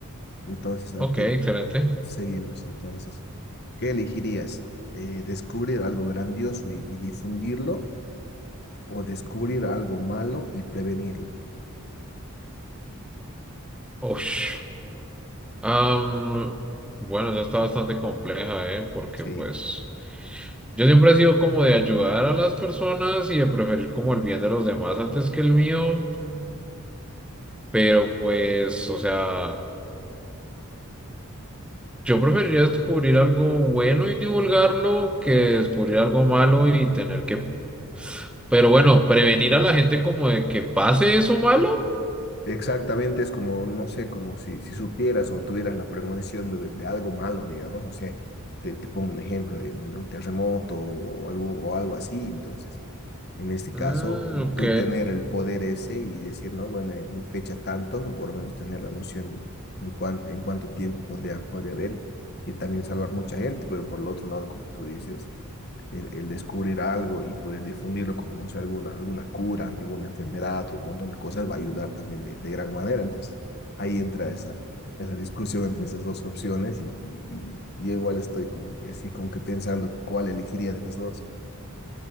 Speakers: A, on the left; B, in the centre.
A: Entonces, a
B: Ok,
A: te-
B: excelente.
A: seguimos. Entonces, ¿qué elegirías? Eh, ¿descubrir algo grandioso y, y difundirlo o descubrir algo malo y prevenirlo?
B: Uf. Am, bueno, esa está bastante compleja, ¿eh? Porque
A: Sí.
B: pues yo siempre he sido como de ayudar a las personas y de preferir como el bien de los demás antes que el mío, pero pues, o sea, yo preferiría descubrir algo bueno y divulgarlo que descubrir algo malo y tener que, pero bueno, prevenir a la gente como de que pase eso malo.
A: Exactamente, es como, no sé, como si, si supieras o tuvieras la premonición de, de algo malo, digamos, no sé, te, te pongo un ejemplo de, de un terremoto o algo, o algo así, entonces, en este
B: Mm,
A: caso,
B: ok.
A: tú tener el poder ese y decir, no, bueno, en fecha tantos, o por lo menos tener la noción de en cuánto, en cuánto tiempo podría, podría haber y, y también salvar mucha gente, pero por el otro lado, como tú dices, el, el descubrir algo y poder difundirlo como, no sé, alguna, alguna cura ante alguna enfermedad o un montón de cosas va a ayudar también de, de gran manera. Entonces, ahí entra esa, esa discusión entre esas dos opciones y, y, y- y igual estoy como que así, como que pensando cuál elegiría de las dos.